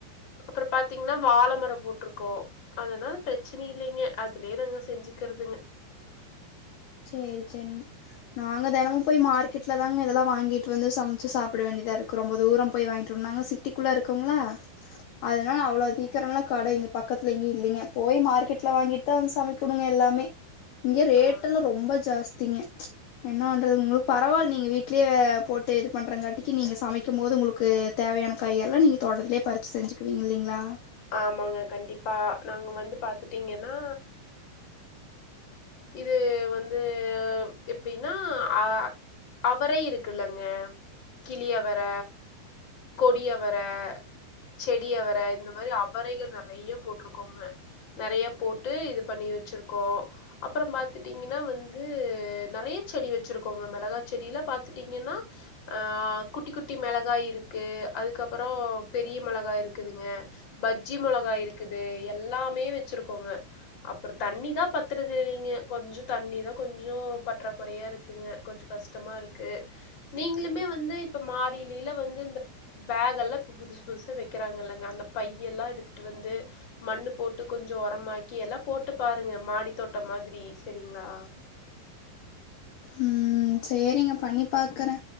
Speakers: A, on the left (about 30°); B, on the left (about 70°).
A: அப்புறம் பாத்தீங்கன்னா வாழை மரம் போட்டிருக்கோம் அதனால பிரச்சனை இல்லைங்க அதுலயே நாங்க செஞ்சுக்கிறதுங்க
B: சேரி சேரிங்க நாங்க தினமும் போய் மார்க்கெட்ல தாங்க இதெல்லாம் வாங்கிட்டு வந்து சமைச்சு சாப்பிட வேண்டியதா இருக்கு ரொம்ப தூரம் போய் வாங்கிட்டுணும் நாங்க சிட்டிக்குள்ள இருக்குோங்களா அதனால அவ்வளவு தீக்கிரம்லாம் கடை இங்க பக்கத்துல எங்கயும் இல்லைங்க போய் மார்க்கெட்ல வாங்கிட்டுதான் வந்து சமைக்கணுங்க எல்லாமே இங்கே ரேட்
A: ஆ
B: ட்டல்லாம் ரொம்ப ஜாஸ்தி த்தீங்க என்ன பண்றது உங்களுக்கு பரவாயில்ல நீங்க வீட்லயே போட்டு இது பண்றங்காட்டிக்கு நீங்க சமைக்கும் போது உங்களுக்கு தேவையான காயெல்லாம் நீங்க தோட்டத்திலே பறிச்சி செஞ்சுக்குவீங்க இல்லைங்களா
A: ஆமாங்க கண்டிப்பா நாங்க வந்து பாத்துட்டீங்கன்னா இது வந்து வந்து எப்படின்னா அஹ அவரை இருக்குல்லங்க கிளியவர கொடியவர செடியவர இந்த மாரி அவறைக நெறைய போட்டிருக்கோங்க நெறைய போட்டு இது பண்ணி வச்சிருக்கோம் அப்புறம் பார்த்துட்டீங்கன்னா வந்து நெறைய செடி வச்சிருக்கோங்க மிளகா செடியில பார்த்துட்டீங்கன்னாஹ குட்டி குட்டி மிளகாய் இருக்கு அதுக்கப்புறம் பெரிய மிளகாய் இருக்குதுங்க பஜ்ஜி மிளகாய் இருக்குது எல்லாமே வச்சிருக்கோங்க அப்புறம் தண்ணிதான் பத்துறது இல்லைங்க கொஞ்சம் தண்ணிதான் கொஞ்சம் பற்றாக்குறையா இருக்குங்க கொஞ்சம் கஷ்டமா இருக்கு நீங்களுமே வந்து இப்ப மாடியிலில வந்து இந்த பேக் எல்லாம் இப்ப புதுசு புதுசா வைக்கிறாங்க இல்லைங்க அந்த பையெல்லாம் எடுத்துட்டு வந்து மண்ணு போட்டு கொஞ்சோ உரமாக் <unintelligible> போட்டு பாருங்க மாடி தோட்டம் மாரி செரிங்ளா
B: ம் செரிங்க பண்ணி பாக்குறே